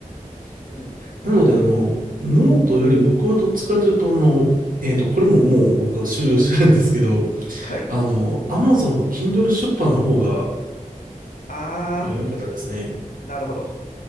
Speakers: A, on the left; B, on the right.
A: うん。
B: なので、あの、ノートより僕はどっちかというと、あの、えっと、
A: うん。
B: これももう僕は終了してるんですけど、
A: はい。
B: あの、Amazon の Kindle 出版の方が
A: ああ、
B: 良かったですね。
A: なるほど。